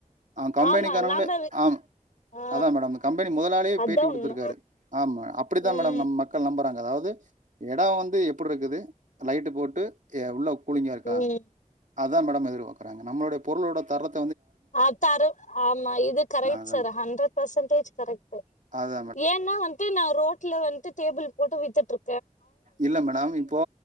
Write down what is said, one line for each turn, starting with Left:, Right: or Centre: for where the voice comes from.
Right: ஆ கம்பெனிகாரங்களே
Left: ஆமா நாம
Right: ஆ
Left: ஆ
Right: அதா மேடம் கம்பெனி முதலாளியே
Left: அதா
Right: பேட்டி கொடுத்திருக்காரு
Left: உண்ம
Right: ஆம் அப்பிடித்தா
Left: ம்
Right: மேடம் நம் மக் நம்பறாங்க அதாவது எடோ வந்து எப்பிடிருக்குது லைட் போட்டு எ உள்ள கூழிங்க இருக்கா
Left: ம்
Right: அதா மேடம் எதிர்பாக்குறாங்க நம்ளுட பொருளோட தரத்
Left: ஆத்தாரு ஆமா இது கரெக்ட்
Right: அதா
Left: சார் ஹண்டர் பர்சன்டேஜ் கரெக்ட்
Right: அதா மேடம்
Left: ஏன்னா வ ட் நா ரோட்ல வந்து டேபிள் போட்டு வித்துட்ரு
Right: இல்ல மேடம் இப்போ